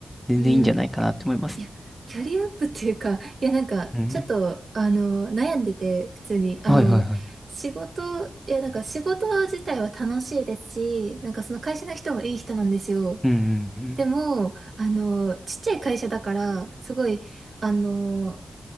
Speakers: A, in the centre; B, on the right.
A: 全然いいんじゃないかなって思います
B: うん、いや、キャリアアップっていうか、いや、なんか、
A: ね。うん。
B: ちょっと、あの、悩んでて、普通に、あの、
A: はいはいはい。
B: 仕事、いや、なんか、仕事自体は楽しいですし、なんか、その会社の人もいい人なんですよ。
A: うんうんうん。
B: でも、あの、ちっちゃい会社だから、すごい、あの、